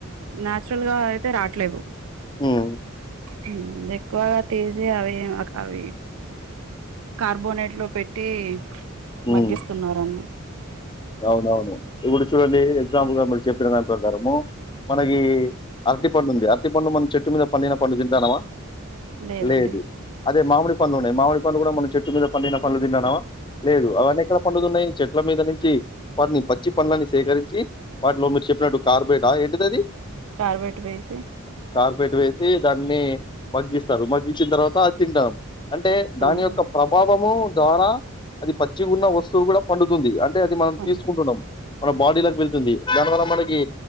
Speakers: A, on the right; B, on the left.
A: న్యాచురల్ గా అయితే రాట్లేవు
B: ఉమ్మ్
A: హుమ్ ఎక్కువగా తీసి అవి అక్ అవి కార్బోనేట్ లో పెట్టి
B: ఉమ్.
A: మగ్గిస్తున్నారన్ని
B: అవునవును ఇపుడు చూడండి ఎగ్జాంపుల్గా మీరు చెప్పిన దాని ప్రకారము మనకి అరటి పండు ఉంది అరటి పండు మనం చెట్టు మీద పండిన పండు తింటాన్నమా
A: లేదండి
B: లేదు అదే మామిడి పండ్లు ఉన్నాయి మామిడి పండు కూడా మనం చెట్టు మీద పండిన పండ్లు తింటనమా లేదు అవన్నీ ఎక్కడ పండుతున్నాయి చెట్ల మీద నుంచి వాటిని పచ్చి పండ్లని సేకరించి వాటిలో మీరు చెప్పినట్టు కార్బేటా ఏంటిదది
A: కార్బేట్ వేసి
B: కార్పెట్ వేసి దాన్ని మగ్గిస్తరు మగ్గించిన తర్వాత అది తింటాం అంటే దాని
A: అవునండి
B: యొక్క ప్రభావమూ ద్వారా అది పచ్చిగున్న వస్తువు గూడా పండుతుంది అంటే అది మనం
A: పండి
B: తీసుకుంటున్నము మన బాడీలకి వెళ్తుంది దానివల్ల మనకి